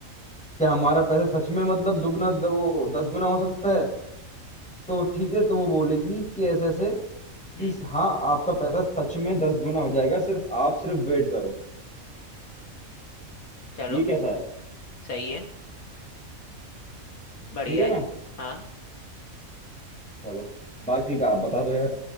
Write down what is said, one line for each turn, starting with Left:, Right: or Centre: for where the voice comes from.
Centre: क्या हमारा पैसा सच में मतलब दुगना द- वो दस गुना हो सकता है तो ठीक है तो वो बोलेगी कि ऐसे ऐसे कि
Left: हम्म,
Centre: हाँ आपका पैसा सच में दस गुना हो जाएगा सिर्फ आप सिर्फ वेट करो
Left: चलो
Centre: ये कैसा है
Left: सही है बढ़िया
Centre: ठीक है ना
Left: है हाँ
Centre: चलो बाकी का आप बता दो यार